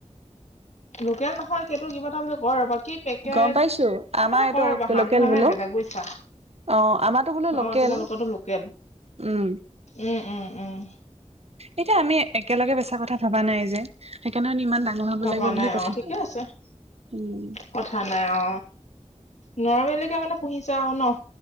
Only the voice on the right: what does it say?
গম পাইছো
আমাৰ
এইটো
লোকেল
বোলো
অ আমাৰতো বোলো লোকেল
উম।
এতিয়া আমি একেলগে বেচা কথা ভাবা নাই যে, সেইকাৰণে ইমান ডাঙৰ নহাব
লাগিব বুলিও কথা
নাই
উম।